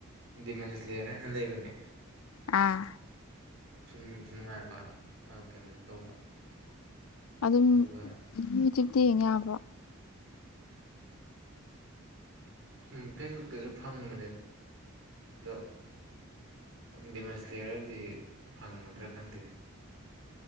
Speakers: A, on the right; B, on the left.
A: ꯗꯤꯃꯦꯟꯁ ꯂꯦꯌꯔ ꯍꯥꯏꯅ ꯂꯩꯕꯅꯦ
B: ꯑꯥ
A: ꯁꯨꯝ ꯅꯨꯡꯁꯨ ꯅꯨꯡꯉꯥꯏꯕ ꯀꯩꯅꯣꯁꯨ ꯇꯧꯕ
B: ꯑꯗꯨꯝ
A: ꯑꯗꯨꯒ
B: ꯌꯨꯇ꯭ꯌꯕꯇ ꯌꯦꯡꯕ꯭ꯔꯣ
A: ꯎꯝ ꯐꯦꯁꯕꯨꯛꯇꯁꯨ ꯐꯪꯕꯅꯦ ꯑꯗꯣ ꯗꯦꯃꯦꯖ ꯂ꯭ꯂꯦꯌꯔꯗꯤ ꯐꯪꯉꯝꯒꯗ꯭ꯔꯥ ꯈꯪꯗꯦꯅꯦ